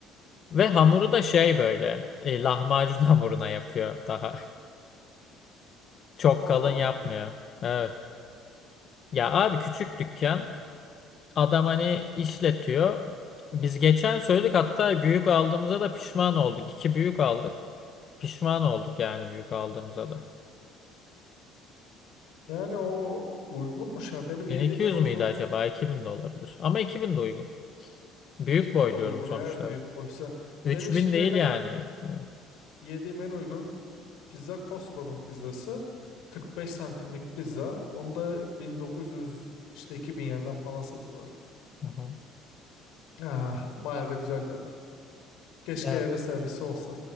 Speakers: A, on the left; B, on the left.
A: ve hamuru da şey böyle e, lahmacun <laughs> hamuruna yapıyor daha. Çok
B: Allah
A: kalın yapmıyor.
B: Allah
A: Evet. Ya abi küçük dükkan. Adam hani işletiyor. Biz geçen söyledik hatta büyük aldığımıza da pişman olduk. İki büyük aldık. Pişman olduk yani büyük aldığımıza da.
B: yani o uygunmuş ya benim
A: bin
B: yediğim
A: iki yüz
B: en uygun
A: müydü acaba? 2000 de olabilir. Ama 2000 de uygun. Büyük
B: 2000
A: boy
B: de uygun
A: diyorum sonuçta
B: eğer büyük
A: evet.
B: boysa
A: üç
B: benim şimdiye
A: bin değil
B: kadar
A: yani. Evet.
B: yediğim en uygun pizza Costco'nun pizzası 45 santimlik pizza onu da 1900 işte 2000 yerinden falan satıyorlar
A: Hı hı.
B: ah, bayağı da güzel tadı keşke
A: Evet.
B: eve servisi olsa